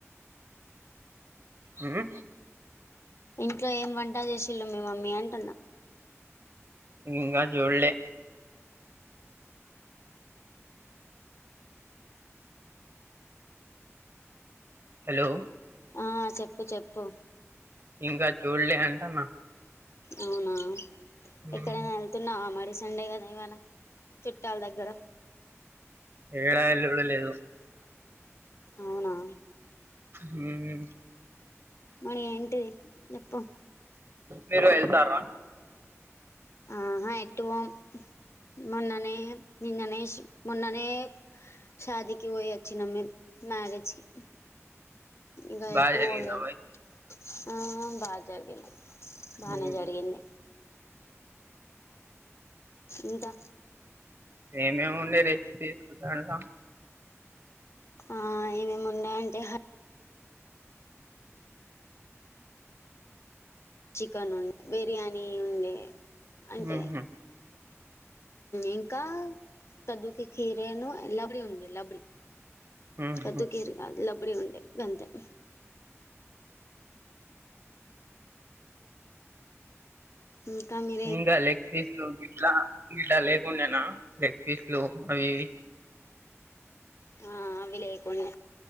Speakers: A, on the right; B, on the left.
A: ఉమ్
B: ఇంట్లో ఏం వంట చేసిల్లు మీ మమ్మీ అంటున్నా
A: ఇంగా చూడ్లే. హలో
B: ఆ చెప్పు చెప్పు.
A: ఇంగా చూడ్లే అంటన్నా.
B: అవునా
A: ఉమ్
B: ఎక్కడైనా ఎ ళ్తున్నావ మరి సండే కదా ఇవాళ చుట్టాల్ దగ్గర.
A: ఏడా ఎళ్ళుడే లేదు.
B: అవునా
A: హ్
B: మరి ఏంటిది చెప్పు.
A: మీరు ఏళ్తారా.
B: ఆహా ఎటువోమ్ మోన్ననే నిన్ననే మోన్ననే షాదికి పోయి అచ్చినం మేం మ్యారేజ్కి. ఇగా
A: బాగా
B: ఏటు
A: జరిగిందా
B: వోలేదు.
A: మరి
B: ఆ బాజరిగింది, బానే
A: ఉమ్
B: జరిగింది. ఇంకా
A: ఏమేం ఉండే రెసిపీస్ దాంట్లా.
B: ఆ ఏమేమున్నయంటే చికెన్ ఉం బిర్యానీ ఉండే అంటే
A: ఉహు
B: ఇంకా కద్దుకి కీరేను, లబ్డి ఉన్నది లబ్డి.
A: ఉహు
B: కద్దు కీరు కాదు లబ్డి ఉండే గంతే. ఇంకామి.
A: ఇంకా లెగ్ పీస్లు గిట్లా గిడ్లా లేకుండేనా లెగ్ పీస్లు అవి ఇవి.
B: ఆ అవి లేకుండే